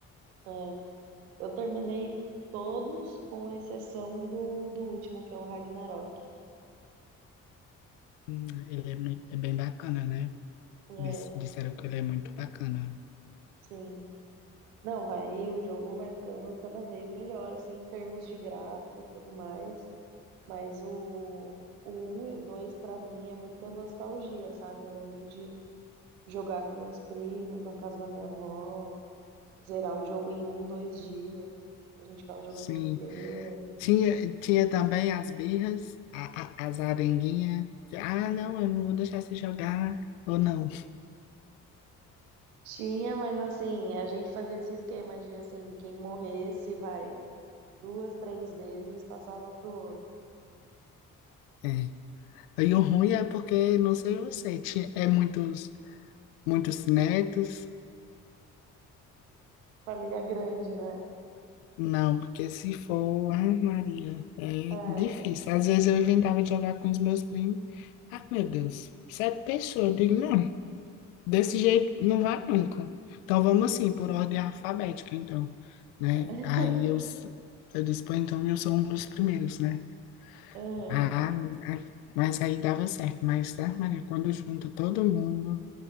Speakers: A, on the right; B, on the left.
A: É. Eu terminei todos, com exceção do, do último, que é o Ragnarok.
B: Hum, Ele é, mui- é bem bacana, né?
A: É,
B: Dis- Disseram que ele é muito bacana.
A: sim. Não, vai, o jogo vai ficando cada vez melhor, assim, em termos de gráfico e tudo mais. Mas o, o um e o 2, pra mim, é muita nostalgia, sabe? Eu lembro de jogar com meus primos na casa da minha avó, zerar o jogo em um, dois dias. A gente ficava jogando
B: Sim,
A: o dia inteiro.
B: Tinha, tinha também as birras, a, a- as arenguinhas. de, Ah, não, eu não vou deixar você jogar, ou não.
A: Tinha, mas assim, a gente fazia esse esquema de assim, quem morresse, vai, duas, três vezes passava pro outro.
B: É. E o ruim é porque, não sei você, tinha, é muitos, muitos netos.
A: Família grande, né?
B: Não, porque se for, ah, Maria, é
A: É,
B: difícil. Às vezes eu inventava de jogar com os meus primos. Ah, meu Deus, sete pessoas. Eu digo, não. Desse jeito não vai nunca. Então vamos assim, por ordem alfabética, então, né?
A: <laughs>
B: Aí eu, s- eu disse, pô, então eu sou um dos primeiros, né?
A: aham,
B: Ah, ah, mas aí dava certo. Mas, tá, Maria, quando junta todo mundo,